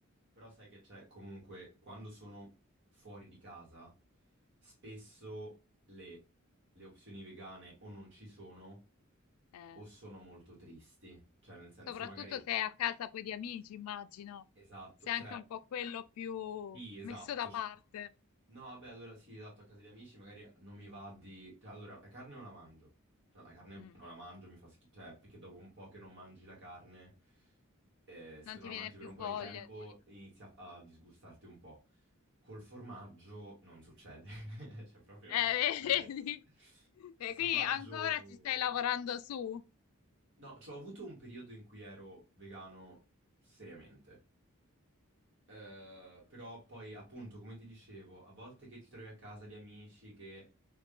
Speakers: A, on the right; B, on the left.
A: però sai che c'è comunque quando sono fuori di casa, spesso le, le opzioni vegane o non ci sono
B: Eh,
A: o sono molto tristi. Cioè, nel senso,
B: soprattutto
A: io magari,
B: se è a casa poi di amici, immagino.
A: esatto,
B: Sei
A: cioè,
B: anche un po' quello più
A: sì, esatto.
B: messo da parte.
A: No, vabbè, allora sì, esatto, a casa di amici magari non mi va di... Cioè, allora, la carne non la mangio. Cioè, la carne
B: Mm.
A: non la mangio, mi fa schifo. Cioè, perché dopo un po' che non mangi la carne, eh, se
B: Non
A: non
B: ti
A: la
B: viene
A: mangi
B: più
A: per un
B: voglia
A: po' di tempo,
B: di...
A: inizia a a disgustarti un po'. Col formaggio non succede. <laughs> Cioè, proprio
B: Eh,
A: non succede.
B: <laughs> vedi? E
A: Il formaggio...
B: quindi ancora ci stai lavorando su.
A: No, cioè, ho avuto un periodo in cui ero vegano seriamente. Eh, però poi, appunto, come ti dicevo, a volte che ti trovi a casa di amici che